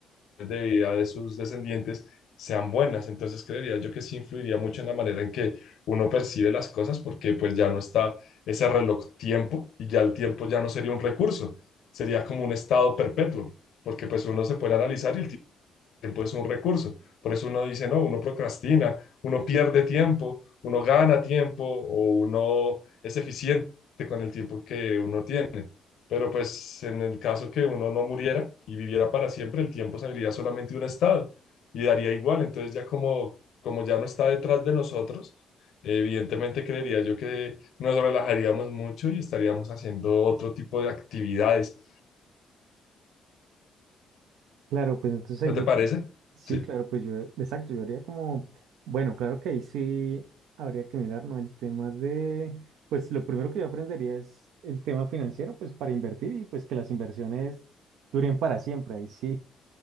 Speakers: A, on the left (about 70°); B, on the right (about 85°).
A: de vida de sus descendientes sean buenas. Entonces creería yo que sí influiría mucho en la manera en que uno percibe las cosas porque pues ya no está ese reloj tiempo y ya el tiempo ya no sería un recurso, sería como un estado perpetuo, porque pues uno se puede analizar y el tiempo es un recurso. Por eso uno dice, no, uno procrastina, uno pierde tiempo, uno gana tiempo o uno es eficiente con el tiempo que uno tiene. Pero pues en el caso que uno no muriera y viviera para siempre, el tiempo sería solamente un estado y daría igual. Entonces ya como, como ya no está detrás de nosotros, eh, evidentemente creería yo que nos relajaríamos mucho y estaríamos haciendo otro tipo de actividades.
B: Claro, pues entonces ahí
A: ¿No
B: yo
A: te parece?
B: Sí,
A: Sí,
B: claro, pues yo, exacto, yo haría como, bueno, claro que ahí sí habría que mirar, ¿no? El tema de, pues lo primero que yo aprendería es el tema financiero, pues para invertir y pues que las inversiones duren para siempre, ahí sí.